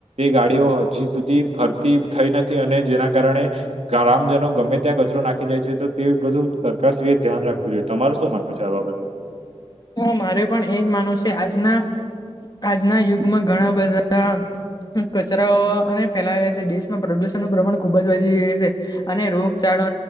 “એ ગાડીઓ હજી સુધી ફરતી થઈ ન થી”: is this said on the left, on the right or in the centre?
Right